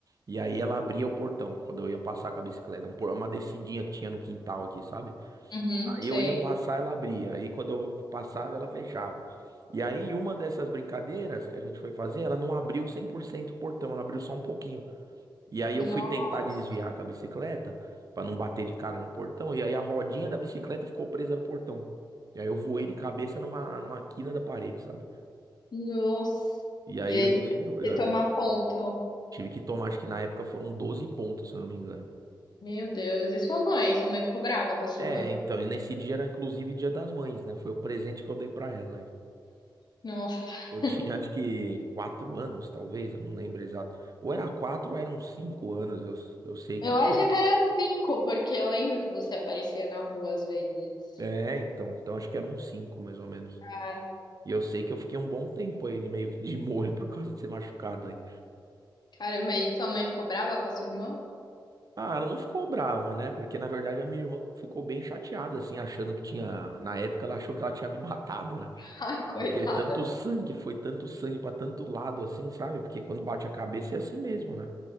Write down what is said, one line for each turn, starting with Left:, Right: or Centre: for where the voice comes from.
Right: e aí ela abria o portão quando eu ia passar com a bicicleta, um por- uma descidinha que tinha no quintal aqui, sabe?
Left: Uhum,
Right: Aí
Left: sei.
Right: eu ia passar, ela abria, aí quando eu passava, ela fechava. E aí uma dessas brincadeiras que a gente foi fazer, ela não abriu 100% o portão, ela abriu só um pouquinho. E aí
Left: Nossa,
Right: eu fui tentar desviar com a bicicleta pra não bater de cara no portão e aí a rodinha da bicicleta ficou presa no portão. E aí eu voei de cabeça numa, numa quina da parede, sabe?
Left: nossa.
Right: E aí
Left: E aí
Right: eu lembro, eu
Left: você tomar
Right: lembro-
Left: ponto.
Right: tive que tomar, acho que na época foram 12 pontos, se eu não me engano.
Left: Meu Deus, e sua mãe? Sua mãe ficou brava com a sua
Right: É,
Left: irmã?
Right: então, e nesse dia era inclusive Dia das Mães, né? Foi o presente que eu dei pra ela aí.
Left: Nossa.
Right: Eu tinha acho que quatro anos, talvez, eu não lembro exato. Ou era quatro ou eram cinco anos, eu, eu sei que
Left: Eu
Right: foi.
Left: acho que era cinco, porque eu lembro que você aparecia na rua às vezes.
Right: É, então, então acho que eram cinco, mais ou menos.
Left: Ah,
Right: E eu sei que eu fiquei um bom tempo aí, ele meio que de <laughs> molho por causa de ser machucado aí.
Left: caramba, e sua mãe ficou brava com a sua irmã?
Right: Ah, ela não ficou brava, né? Porque na verdade a minha irmã ficou bem chateada, assim, achando que tinha. Na época ela achou que ela tinha me matado, né?
Left: <laughs> Ai, coitada.
Right: E que é tanto sangue, foi tanto sangue pra tanto lado assim, sabe? Porque quando bate a cabeça é assim mesmo, né?